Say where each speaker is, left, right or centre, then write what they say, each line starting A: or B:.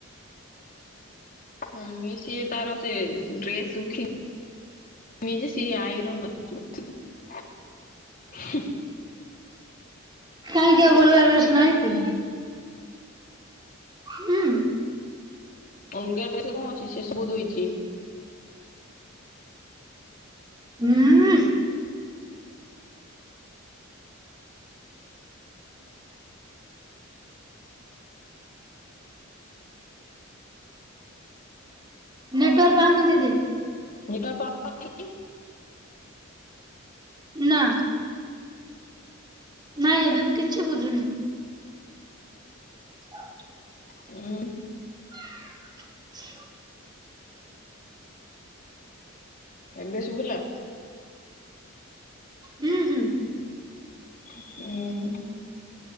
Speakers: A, on the left; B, on the right.
A: ହନି ସିଏ ତାର ସେ ଡ୍ରେସ ଶୁଖିନି ସେ ଆଇରନ୍ <unintelligible>
B: କାହିଁକି ଆଉ ଭଲ
A: ଅଛି
B: ଡ୍ରେସ୍ ନାହିଁ କି ହୁଁ।
A: ଅଲଗା ଡ୍ରେସ କଅଁ ଅଛି ସେ ସବୁ ଧୋଇଦି।
B: ହୁଁ ନେଟୱାର୍କ ପାଉନି ଦିଦି
A: <unintelligible>
B: ନା ନାଇଁ ଏବେ ବି କିଛି ବୁଝୁନି ଆଠ।
A: ହୁଁ
B: <unintelligible>
A: ଏବେ ଶୁଭିଲା
B: ହୁଁ ହୁଁ।
A: ହୁଁ।